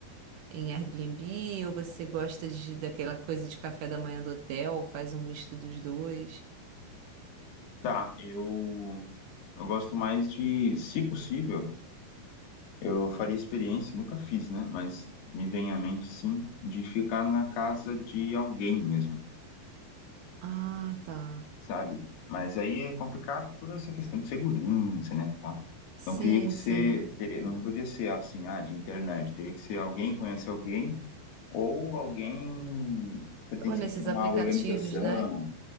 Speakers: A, on the right; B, on the left.
A: em Airbnb ou você gosta de daquela coisa de café da manhã do hotel, faz um misto dos dois?
B: Tá, eu, eu gosto mais de, se possível, eu faria experiência, nunca fiz, né? Mas me vem à mente, sim, de ficar na casa de alguém mesmo.
A: Ah, tá.
B: sabe? Mas aí é complicado por essa questão de segurança, né, tal.
A: Sim,
B: Então teria que ser,
A: sim.
B: teria, não podia ser assim, ah, de internet, teria que ser alguém que conhece alguém ou alguém pertencente
A: Ou nesses
B: a uma
A: aplicativos,
B: organização.
A: né?